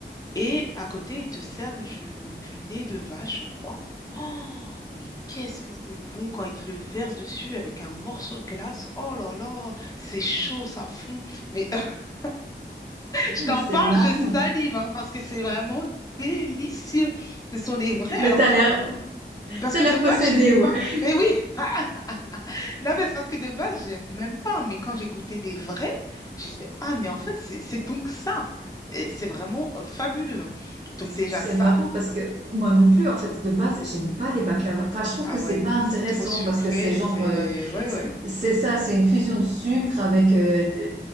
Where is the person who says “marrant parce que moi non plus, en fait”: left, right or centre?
Right